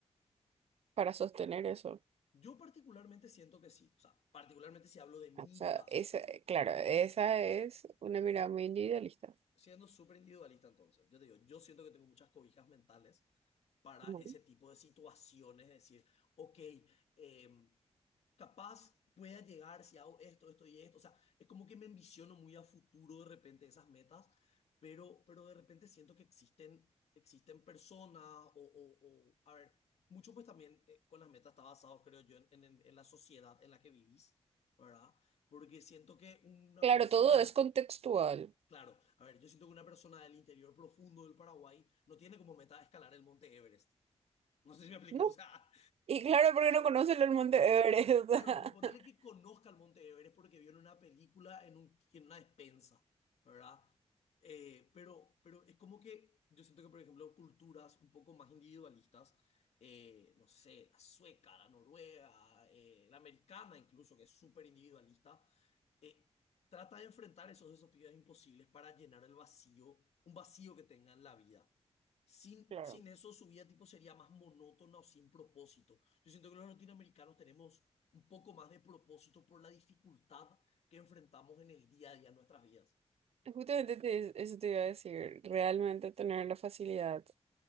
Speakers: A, on the right; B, on the left.
A: para sostener eso?
B: yo particularmente siento que sí, o sea, particularmente si hablo de mi
A: O sea,
B: caso.
A: esa, claro, esa es una mirada muy individualista.
B: siendo súper individualista entonces, yo te digo, yo siento que tengo muchas cobijas mentales para
A: No.
B: ese tipo de situaciones, es decir, ok, eh, capaz pueda llegar si hago esto, esto y esto, o sea, es como que me ambiciono muy a futuro de repente esas metas, pero, pero de repente siento que existen, existen personas o, o, o a ver, mucho pues también eh, con las metas está basado, creo yo, en, en, en la sociedad en la que vivís, ¿verdad? Porque siento que una
A: Claro,
B: persona
A: todo es contextual.
B: Claro, a ver, yo siento que una persona del interior profundo del Paraguay no tiene como meta escalar el Monte Everest. No sé si me explico,
A: No.
B: o sea,
A: Y claro, porque no conocen el monte Everest.
B: Claro,
A: <laughs>
B: pero ponele que conozca el Monte Everest porque vio en una película, en, un, en una despensa, ¿verdad? Eh, pero, pero es como que yo siento que, por ejemplo, culturas un poco más individualistas, eh, no sé, la sueca, la noruega, eh, la americana incluso, que es súper individualista, eh, trata de enfrentar esos desafíos imposibles para llenar el vacío, un vacío que tenga en la vida. Sin,
A: Claro.
B: sin eso, su vida tipo sería más monótona o sin propósito. Yo siento que los latinoamericanos tenemos un poco más de propósito por la dificultad que enfrentamos en el día a día en nuestras vidas.
A: Justamente te- eso te iba a decir, realmente tener la facilidad